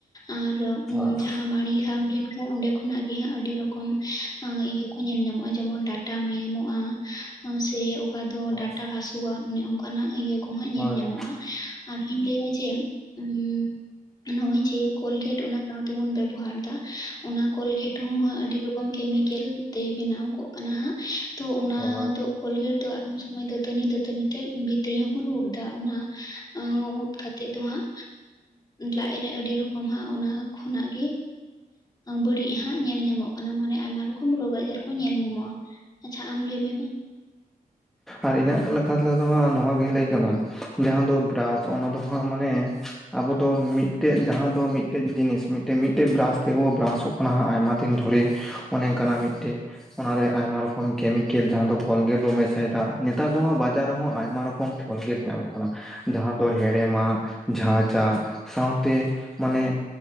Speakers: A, on the left; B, in the centre.
A: ᱟᱨ
B: ᱦᱳᱭ
A: ᱡᱟᱦᱟᱸ ᱢᱟᱲᱤᱸ ᱥᱟᱢ ᱞᱮᱱᱠᱷᱟᱱ ᱚᱸᱰᱮ ᱠᱷᱚᱱᱟᱜ ᱜᱮ ᱦᱟᱸᱜ ᱟᱹᱰᱤ ᱨᱚᱠᱚᱢ ᱤᱭᱟᱹ ᱠᱚ ᱧᱮᱞᱧᱟᱢᱚᱜᱼᱟ᱾ ᱡᱮᱢᱚᱱ ᱰᱟᱴᱟᱸ ᱢᱟᱭᱟᱢᱚᱜᱼᱟ ᱾ ᱥᱮ ᱚᱠᱟ ᱫᱚ ᱰᱟᱴᱟᱸ
B: ᱦᱳᱭ
A: ᱦᱟᱹᱥᱩᱼᱣᱟ᱾ ᱚᱱᱮ ᱚᱱᱠᱟᱱᱟ-ᱜ ᱤᱭᱟᱹ ᱠᱚᱦᱟᱸᱜ ᱧᱮᱞ
B: ᱦᱳᱭ
A: ᱧᱟᱢᱚᱜᱼᱟ᱾ ᱟᱨᱦᱩᱧ ᱞᱟᱹᱭᱟ ᱡᱮ ᱾ ᱚᱩᱸ ᱱᱚᱜᱼᱚᱭ ᱡᱮ ᱠᱳᱞᱜᱮᱴ ᱚᱱᱟ᱾ ᱥᱟᱶ ᱛᱮᱵᱚᱱ ᱵᱮᱵᱚᱦᱟᱨ ᱮᱫᱟ᱾ ᱚᱱᱟ ᱠᱚᱞᱜᱮᱴᱸ ᱟᱸ ᱟᱹᱰᱤ ᱨᱚᱠᱚᱢ ᱜᱮ ᱠᱮᱢᱤᱠᱮᱞ ᱛᱮ, ᱵᱮᱱᱟᱣ ᱠᱚᱜ ᱠᱟᱱᱟ᱾ ᱦᱟᱸᱜ ᱛᱚ ᱚᱱᱟ
B: ᱦᱳᱭ
A: ᱫᱚ ᱠᱳᱞᱜᱮᱴ ᱫᱚ ᱟᱫᱚᱢ ᱥᱚᱢᱚᱭ ᱫᱚ᱾ ᱫᱟᱹᱛᱟᱹᱱᱤ, ᱫᱟᱹᱛᱟᱹᱱᱤ, ᱛᱮ ᱵᱷᱽᱤᱛᱨᱤ ᱦᱚᱸᱵᱚᱱ ᱩᱫ ᱮᱫᱟ ᱾ ᱚᱱᱟ ᱩᱫ ᱠᱟᱛᱮᱜ ᱫᱚ ᱦᱟᱸᱜ ᱞᱟᱡ ᱨᱮ ᱟᱹᱰᱤ ᱨᱚᱠᱚᱢ ᱦᱟᱸᱜ ᱚᱱᱟ ᱠᱷᱚᱱᱟ-ᱜ ᱜᱮ ᱵᱟᱹᱲᱤᱡᱽ ᱦᱟᱸᱜ ᱧᱮᱞ ᱧᱟᱢᱚᱜ ᱠᱟᱱᱟ᱾ ᱚᱱᱟ ᱢᱟᱱᱮ ᱟᱭᱢᱟ ᱨᱚᱠᱚᱢ ᱨᱳᱜᱽ ᱟᱡᱟᱨ ᱠᱚ᱾ ᱧᱮᱞ ᱧᱟᱢᱚᱜᱼᱟ ᱾ ᱟᱪᱪᱷᱟ ᱟᱢ ᱞᱟᱹᱭ ᱢᱮ ᱢᱟ?
B: ᱟᱨ ᱤᱧᱟᱹᱜ ᱠᱚᱞᱟᱠᱟᱞ ᱛᱮᱫᱚ ᱦᱟᱸᱜ ᱱᱚᱣᱟᱜᱮ ᱞᱟᱹᱭ ᱜᱟᱱᱚᱜᱼᱟ ᱾ᱡᱟᱦᱟᱸ ᱫᱚ ᱵᱨᱟᱥ, ᱚᱱᱟ ᱫᱚᱸ ᱦᱟᱸᱜ ᱢᱟᱱᱮ ᱟᱵᱚ ᱫᱚ ᱢᱤᱫᱴᱮᱡ ᱡᱟᱦᱟᱸ ᱫᱚ ᱢᱤᱫᱴᱮᱡ ᱡᱤᱱᱤᱥ, ᱢᱤᱫᱴᱮᱱ ᱢᱤᱫᱴᱮᱡ ᱵᱨᱟᱥ ᱛᱮᱜᱮᱵᱚ ᱵᱨᱟᱥ ᱚᱯ ᱚᱱᱟ ᱦᱚᱸ ᱟᱭᱢᱟ ᱫᱤᱱ ᱫᱷᱽᱚ ᱨᱮ ᱚᱱᱮ ᱚᱱᱠᱟᱱᱟ ᱢᱤᱫᱴᱮᱱ ᱚᱱᱟᱨᱮ ᱟᱭᱢᱟ ᱞᱮᱠᱟᱱ ᱨᱚᱠᱚᱢ ᱠᱮᱢᱤᱠᱮᱞ ᱡᱟᱦᱟᱸ ᱫᱚ ᱠᱳᱞᱜᱮᱴ ᱨᱚᱢ ᱥᱮᱫᱟ ᱱᱮᱛᱟᱨ ᱫᱚᱸ ᱦᱟᱸᱜ ᱵᱟᱡᱟᱨ ᱨᱮᱦᱚᱸ ᱟᱭᱢᱟ ᱨᱚᱠᱚᱢ ᱠᱳᱞᱜᱮᱴ ᱧᱟᱢᱚ-ᱜ ᱠᱟᱱᱟ᱾ ᱡᱟᱦᱟᱸ ᱫᱚ ᱦᱮᱲᱮᱢᱟ᱾ ᱡᱷᱟᱸᱪᱟ ᱥᱟᱶᱛᱮ ᱢᱟᱱᱮ